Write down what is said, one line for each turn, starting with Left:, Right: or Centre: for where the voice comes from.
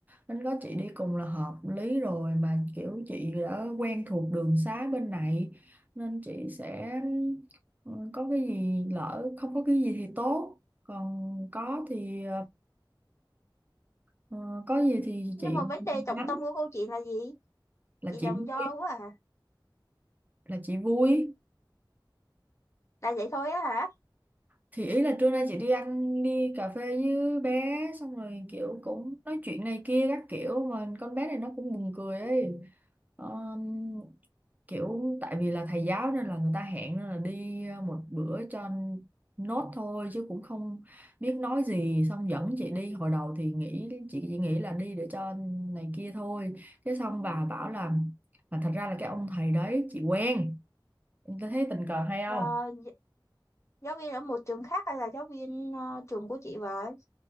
Right: nên có chị đi cùng là hợp lý rồi mà kiểu chị đã quen thuộc đường xá bên này nên chị sẽ ừ, có cái gì lỡ không có cái gì thì tốt còn có thì ờ, có gì thì
Left: Nhưng
Right: chị
Left: mà vấn đề trọng
Right: nhắn
Left: tâm của câu chuyện là gì?
Right: là
Left: Chị
Right: chị
Left: làm
Right: vui
Left: do quá à.
Right: là chị vui
Left: Là vậy thôi á hả?
Right: thì ý là trưa nay chị đi ăn đi cà phê với bé xong rồi kiểu cũng nói chuyện này kia các kiểu mà con bé này nó cũng buồn cười ấy Ờm, kiểu tại vì là thầy giáo nên là người ta hẹn nên là đi ờ, một bữa cho nốt thôi chứ cũng không biết nói gì xong dẫn chị đi hồi đầu thì nghĩ chị chỉ nghĩ là đi để cho này kia thôi cái xong bà bảo là mà thật ra là cái ông thầy đấy chị quen em thấy tình cờ hay không
Left: Là gi- giáo viên ở một trường khác hay là giáo viên ờ, trường của chị vậy?